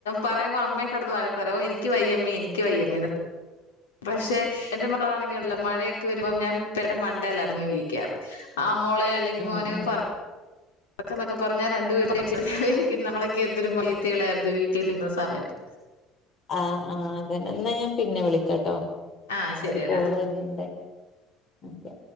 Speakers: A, on the left; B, on the left.
A: പറയുമ്പോ അമ്മ കടന്ന് വഴക്കറോ എനിക്ക് വയ്യമ്മ എനിക്ക് വയ്യമ്മ പക്ഷെ എന്റെ മക്കളാണെങ്കില ഉല്ലോ മഴയൊക്കെ വരുമ്പോം ഞാൻ പേടെ മണ്ടല്ല അത വിരി കാർ മോളെോ അല്ലെങ്കിൽ
B: ഉം
A: മോനെോ
B: ഉം
A: ഒന്ന് പറ പൊക്കൊക്കെ പറഞ്ഞാ രണ്ടുപേർും നമ്മളൊക്കെ എന്തൊരു മയ്യത്തീളായിരുന്നു വീട്ടിൽ നിങ്ങുന്ന സമയത്ത്
B: ആഹ് ആഹ് അതന്നൊ ഞാൻ പിന്നെ വിളിക്കട്ടോ
A: ആ ശരിയെടാ
B: ഒരു കോൾ വരു ഉ അല്ലെ തെ